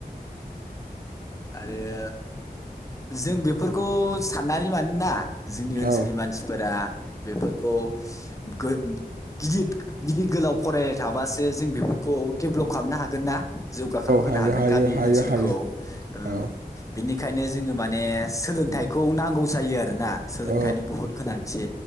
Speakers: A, on the left; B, on the right.
A: आरो जों बेफोरखौ साननानै मानोना जोंनि ओनसोलनि
B: औ
A: मानसिफोरा बेफोरखौ ख गो गिदिद गिदिद गोलाव फरायनाय थाबासो जों बे खौ डेभलप खालामनो हागोन ना? जौगाखां होनोनो
B: हायो
A: हागोन
B: हायो
A: गामि
B: हायो
A: ओनसोलखौ।
B: हायो
A: ओं
B: औ
A: बिनिखायनो जोङो माने सोलोंथाइखौ नांगौ जायो आरोना। सोलोंथाइनि
B: औ
A: बहुत गोनांथि